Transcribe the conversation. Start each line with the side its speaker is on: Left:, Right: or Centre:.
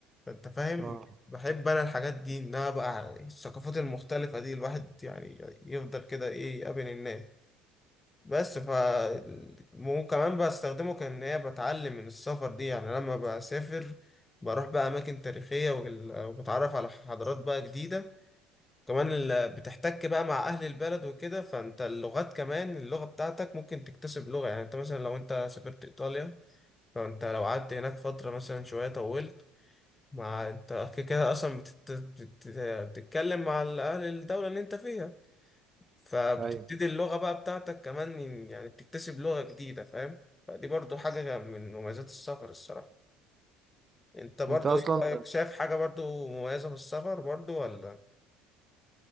Left: فانت فاهم
Right: اه
Left: بحب انا الحاجات دي انها بقى الثقافات المختلفه دي الواحد يعني يفضل كده ايه يقابل الناس بس ف وكمان بستخدمه كان هي بتعلم من السفر دي يعني لما بسافر بروح بقى اماكن تاريخيه وال- وبتعرف على حضارات بقى جديده كمان ال- بتحتك بقى مع اهل البلد وكده فانت اللغات كمان اللغه بتاعتك ممكن تكتسب لغه يعني انت مثلا لو انت سافرت ايطاليا فانت لو قعدت هناك فتره مثلا شويه طولت مع انت كده كده اصلا بتت... بتت... بتتكلم مع اهل الدوله اللي انت فيها فبتبتدي
Right: ايوه
Left: اللغة بقى بتاعتك كمان يعني بتكتسب لغة جديدة فاهم فدي برضو حاجة من مميزات السفر الصراحة انت برضو
Right: انت اصلا
Left: ايه رأيك شايف حاجة برضو مميزة في السفر برضو ولا